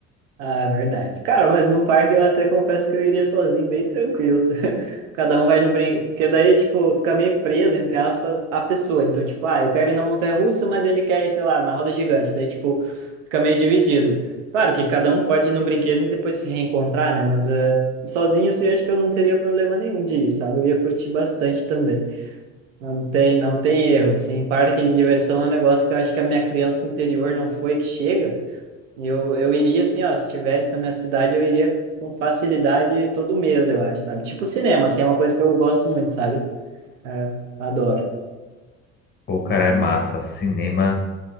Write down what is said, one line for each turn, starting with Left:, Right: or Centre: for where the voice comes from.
Right: Ah, é verdade. Cara, mas no parque eu até confesso que eu iria sozinho, bem tranquilo. <laughs> Cada um vai no brinquedo. Porque daí, tipo, fica meio preso, entre aspas, a pessoa. Então, tipo, ah, eu quero ir na montanha-russa, mas ele quer ir, sei lá, na roda gigante. Daí, tipo, fica meio dividido. Claro que cada um pode ir no brinquedo e depois se reencontrar, né? Mas eh, sozinho, assim, acho que eu não teria problema nenhum de ir, sabe? Eu ia curtir bastante também. Não tem, não tem erro, assim. Parque de diversão é um negócio que eu acho que a minha criança interior não foi que chega. E Eu, eu iria assim, ó, se tivesse na minha cidade, eu iria com facilidade todo mês, eu acho, sabe? Tipo cinema, assim, é uma coisa que eu gosto muito, sabe? É, adoro.
Left: Pô, cara,
Right: E...
Left: é massa. Cinema